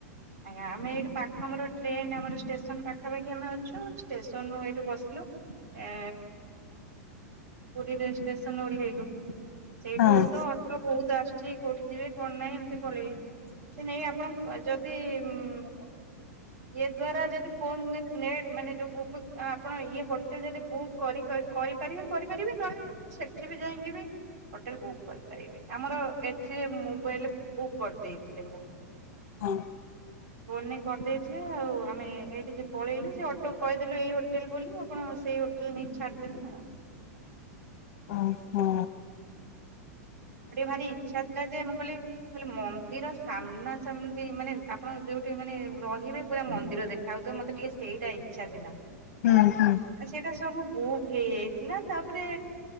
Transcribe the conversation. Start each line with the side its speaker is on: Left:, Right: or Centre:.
Right: ଆଜ୍ଞା ଆମେ ଏଇଠୁ ପାଖ ଆମର ଟ୍ରେନ୍ ଆମର ଷ୍ଟେସନ ପାଖାପାଖି ଆମେ ଅଛୁ। ଷ୍ଟେସନରୁ ଏଇଠୁ ବସିଲୁ। ଏ ପୁରୀ ରେ ଷ୍ଟେସନ ଓଲ୍ଲେହେଇଲୁ। ସେଇଠୁ
Left: ହଁ
Right: ତ ଅଟୋ ବୋହୁତ୍ ଆସୁଛି, କୋଉଠି ଯିବେ କଣ ନାହିଁ ଏମିତି ପଳେଇବେ, ସେ ନେଇକି ଆପଣ ଯଦି ଦି ଉଁ। ଏ ଦ୍ଵାରା ଯଦି ଫୋନ୍ ନେଟ୍ ମାନେ ଯୋଉ ଗୁଗୁଲ ଆପଣ ଇଏ ହୋଟେଲ ଯଦି ବୁକ୍ କରି କରିପାରିବେ କରିପାରିବେ, ନହଲେ ଆପଣ ସେଠି ବି ଯାଇଙ୍କି ବି ହୋଟେଲ ବୁକ୍ କରିପାରିବେ। ଆମର ଏଥିରେ ମୋବାଇଲ୍ ରେ ବୁକ୍ କରିଦେଇଥିଲି ମୁଁ।
Left: ହଁ।
Right: ଫୋନ୍ ରେ କରିଦେଇଥିଲେ, ଆଉ ଆମେ ଏଇଠି କି ପଳେଇଲୁ, ସେ ଅଟୋ କୁ କହିଦେଲୁ ଏଇ ହୋଟେଲ ବୋଲି ଆପଣ ସେଇ ରେ ନେଇ ଛାଡିଦେଲେ ଆଉ।
Left: ଓହୋ।
Right: ମୋର ଟିକେ ଭାରି ଇଚ୍ଛା ଥିଲା ଯେ, ମୁଁ କହିଲି କହିଲି ମନ୍ଦିର ସାମ୍ନାସାମ୍ନି ମାନେ ଆପଣ ଯୋଉଠି ମାନେ ରହିବେ ପୁରା ମନ୍ଦିର ଦେଖାହଉଥିବ। ମତେ ଟିକେ ସେଇଟା ଇଚ୍ଛା ଥିଲା।
Left: ହୁଁ, ହୁଁ।
Right: ସେଇଟା ସବୁ ବୁକ୍ ହେଇଯାଇଥିଲା, ତାପରେ